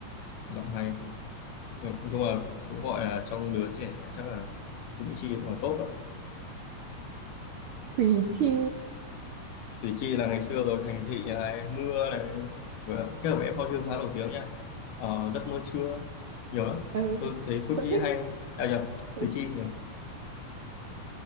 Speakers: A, on the left; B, on the right.
A: giọng hay Ừ, nói chung là cũng gọi là trong lứa trẻ chắc là Phương Mỹ Chi cũng là top á.
B: Thùy Chi
A: Củ Chi là ngày xưa rồi thành thị này mưa này và kết hợp với phao thiêu khá nổi tiếng nha ờ, giấc mơ trưa nhiều lắm
B: ừ,
A: tôi thấy Củ
B: tôi
A: Chi
B: thích
A: hay à nhầm
B: tôi,
A: Củ Chi nhầm